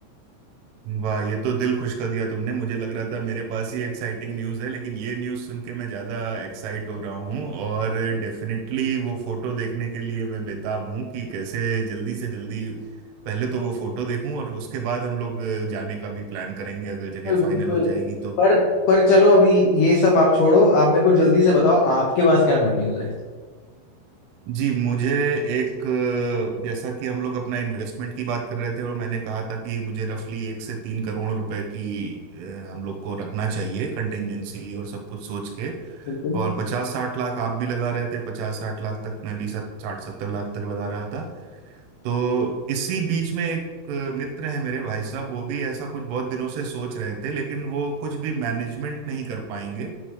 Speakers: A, on the right; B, on the left.
A: वाह ये तो दिल खुश कर दिया तुमने मुझे लग रहा था मेरे पास ही एक्साइटिंग न्यूज़ है लेकिन ये न्यूज़ सुन के मैं ज़्यादा एक्साइट हो रहा हूँ और डेफिनेटली वो फोटो देखने के लिए मैं बेताब हूँ कि कैसे जल्दी से जल्दी पहले तो वो फोटो देखूं और उसके बाद हम लोग जाने का भी प्लान करेंगे अगर जगह
B: बिल्कुल
A: फाइनल
B: बिल्कुल।
A: हो जाएगी तो
B: पर पर चलो अभी ये सब आप छोड़ो आप मेरे को जल्दी से बताओ आपके पास क्या गुड न्यूज़ है
A: जी मुझे एक अ, जैसा कि हम लोग अपना इन्वेस्टमेंट की बात कर रहे थे और मैंने कहा था कि मुझे रफली एक से तीन करोड़ रुपए की अ, हम लोग को रखना चाहिए कंटेंजेंसी और सब कुछ सोच के
B: बिल्कुल
A: और पचास साठ लाख आप भी लगा रहे थे पचास साठ लाख तक मैं भी साठ सत्तर लाख तक लगा रहा था तो इसी बीच में एक अ, मित्र है मेरे भाई साहब वो भी ऐसा कुछ बहुत दिनों से सोच रहे थे लेकिन वो कुछ भी मैनेजमेंट नहीं कर पाएंगे